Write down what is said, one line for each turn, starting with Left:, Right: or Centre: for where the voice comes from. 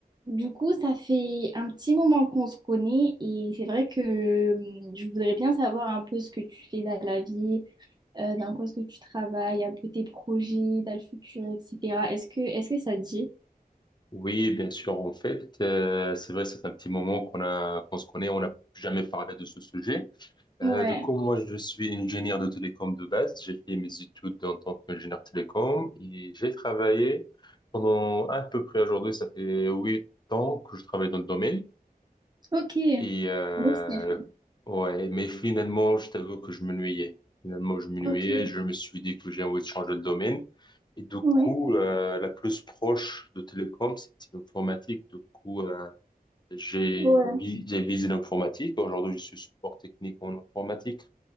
Right: Du coup, ça fait un petit moment qu'on se connaît et c'est vrai que euh, je voudrais bien savoir un peu ce que tu fais dans la vie, euh, dans quoi est-ce que tu travailles, un peu tes projets dans le futur, etc. Est-ce que, est-ce que ça te dit?
Left: Oui, bien sûr. En fait, euh, c'est vrai, c'est un petit moment qu'on a, qu'on se connaît, on n'a jamais parlé de ce sujet. Euh,
Right: Ouais,
Left: donc, moi, je suis ingénieur de télécom de base. J'ai fait mes études en tant qu'ingénieur télécom et j'ai travaillé pendant à peu près aujourd'hui, ça fait huit ans que je travaille dans le domaine.
Right: ok.
Left: Et euh,
Right: Oui,
Left: ouais, mais finalement, je t'avoue que je m'ennuyais. Finalement, je m'ennuyais.
Right: Ok,
Left: Je me suis dit que j'ai envie de changer de domaine. Et du
Right: ouais,
Left: coup, euh, la plus proche de télécom, c'était l'informatique. Du coup, euh, j'ai
Right: ouais.
Left: vi- j'ai visé l'informatique. Aujourd'hui, je suis support technique en informatique.